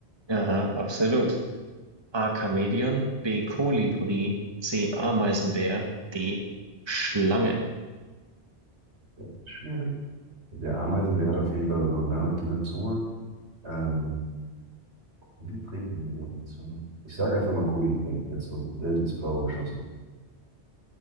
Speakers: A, on the right; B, on the right.
A: Aha, absolut. A. Chamäleon, B. Kolibri, C. Ameisenbär, D. Schlange.
B: Ja, schwierig. Der Ameisenbär hat auf jeden Fall so eine lange, dünne Zunge. Ähm, Kolibri? Nee, die hat eine Zunge. Ich sag einfach mal Kolibri. Jetzt so wild ins Blaue geschossen.